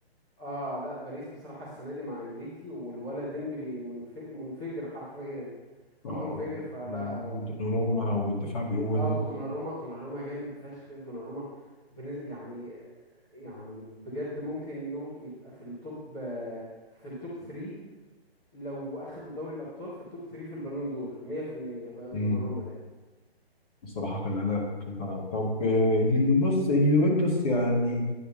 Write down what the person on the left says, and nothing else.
اه
آه.
روما والدفاع بيقول
مم.
بصراحة كان أنا كان أنا طب آه، بص اليوفنتوس يعني